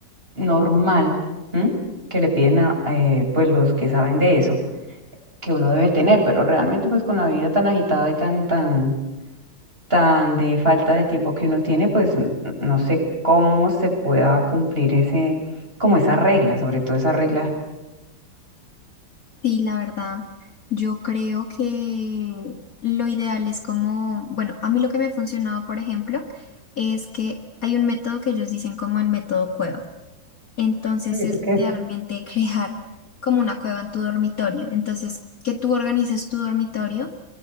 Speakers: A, on the right (about 25°); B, on the left (about 45°).
A: normal ¿m? que le piden a eh, pues los que saben de eso que uno debe tener, pero realmente pues con la vida tan agitada y tan tan tan de falta de tiempo que uno tiene, pues n- no sé cómo se pueda cumplir ese como esa regla, sobre todo esa regla.
B: Sí, la verdad, yo creo que lo ideal es como, bueno, a mí lo que me ha funcionado, por ejemplo, es que hay un método que ellos dicen como el método cueva. Entonces
A: Uy, ¿Eso
B: es
A: qué?
B: literalmente <laughs> crear como una cueva en tu dormitorio. Entonces, que tú organices tu dormitorio